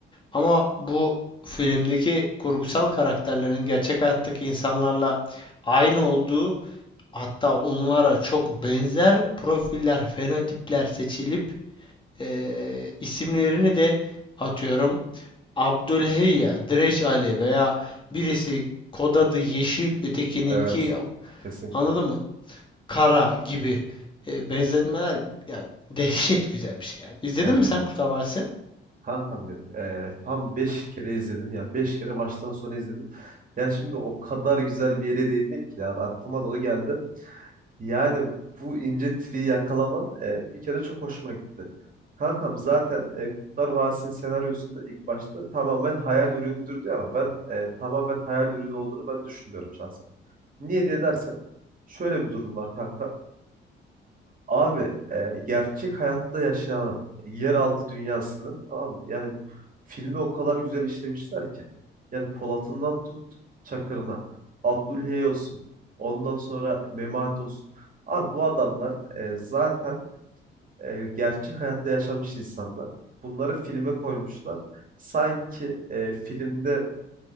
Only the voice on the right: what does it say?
Evet. Kesinlikle.
Evet
evet.
Kankam benim. eee, tam 5 kere izledim. Yani 5 kere baştan sona izledim. Yani şimdi o kadar güzel bir yere değindik ki. Yani aklıma da o geldi. Yani bu ince triyi yakalaman eee, bir kere çok hoşuma gitti. Kankam zaten e, Kurtlar Vadisi'nin senaryosunda ilk başta tamamen hayal ürünüdür diyor ama ben e, tamamen hayal ürünü olduğunu ben düşünmüyorum şahsen. Niye diye dersen şöyle bir durum var kanka. Abi e, gerçek hayatta yaşayan yeraltı dünyasını tamam mı? Yani filmi o kadar güzel işlemişler ki. Yani Polat'ından tut Çakır'ına, Abdülhey olsun, ondan sonra Memati olsun. Abi bu adamlar e, zaten e, gerçek hayatta yaşamış insanlar. Bunları filme koymuşlar. Sanki e, filmde